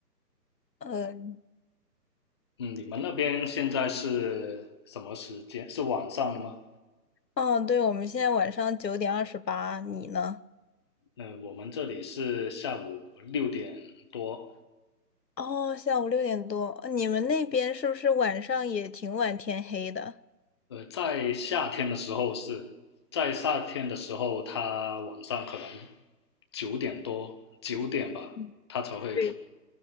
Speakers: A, on the left (about 75°); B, on the left (about 15°).
A: 嗯，
B: 嗯，你们那边现在是什么时间？是晚上了吗？
A: 哦，对，我们现在晚上九点二十八，你呢？
B: 嗯，我们这里是下午六点多。
A: 哦，下午六点多，呃你们那边是不是晚上也挺晚天黑的？
B: 呃，在夏天的时候是，在夏天的时候，它晚上可能九点多、九点吧，
A: 嗯，
B: 它才会天。
A: 对，